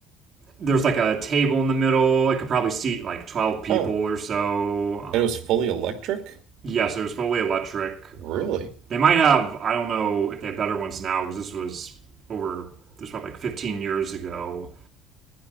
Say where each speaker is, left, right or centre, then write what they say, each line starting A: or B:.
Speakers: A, on the right; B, on the right.
A: there's like a table in the middle. It could probably seat like twelve people
B: huh.
A: or so. Um,
B: And it was fully electric?
A: yes, it was fully electric.
B: Really?
A: Um, they might have I don't know if they have better ones now because this was over this was probably like fifteen years ago.